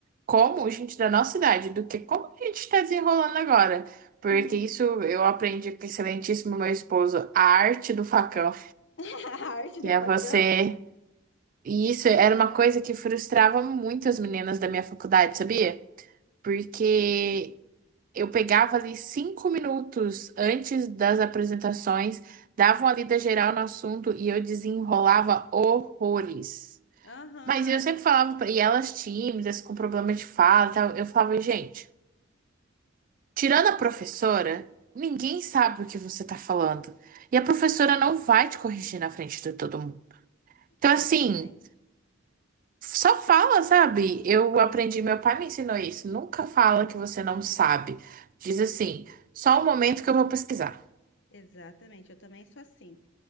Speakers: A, on the right (about 45°); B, on the left (about 65°).
A: como gente da nossa idade do que como a gente está desenrolando agora. Porque
B: Uhum.
A: isso eu aprendi com o excelentíssimo meu esposo, a arte do facão,
B: <laughs> A arte
A: que
B: do
A: é
B: facão.
A: você. E isso era uma coisa que frustrava muito as meninas da minha faculdade, sabia? Porque eu pegava ali cinco minutos antes das apresentações, dava uma lida geral no assunto e eu desenrolava horrores.
B: Aham.
A: Mas eu sempre falava, pra- e elas tímidas, com problema de fala e tal, eu falava, gente, tirando a professora, ninguém sabe o que você tá falando. E a professora não vai te corrigir na frente de todo mundo. Então,
B: É,
A: assim,
B: exatamente.
A: só fala, sabe? Eu aprendi, meu pai me ensinou isso. Nunca fala que você não sabe. Diz assim, só um momento que eu vou pesquisar.
B: Exatamente, eu também sou assim.